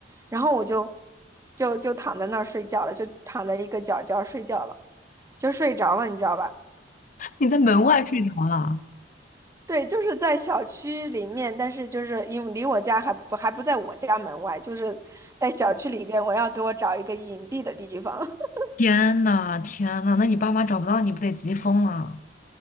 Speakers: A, on the right; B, on the left.
A: 然后我就就就躺在那儿睡觉了，就躺在一个角角睡觉了，就睡着了，你知道吧？
B: 你在门外睡着了。
A: 对，就是在小区里面，但是就是因为离我家还不还不在我家门外，就是在小区里边，我要给我找一个隐蔽的地方。<laughs>
B: 天呐，天呐，那你爸妈找不到你不得急疯了？